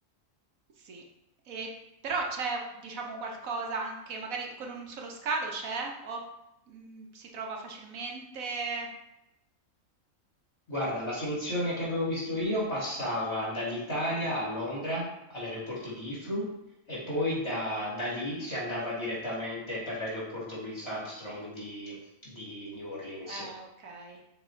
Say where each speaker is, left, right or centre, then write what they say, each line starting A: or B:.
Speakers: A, on the right; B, on the left.
A: sì. E però c'è, diciamo, qualcosa anche magari con un solo scalo c'è? O, mhmm, si trova facilmente?
B: Guarda, la soluzione che avevo visto io passava dall'Italia a Londra, all'aeroporto di Heathrow, e
A: Mh-mh.
B: poi da, da lì si andava direttamente per l'aeroporto Louis Armstrong di, di New Orleans.
A: Eh, okay.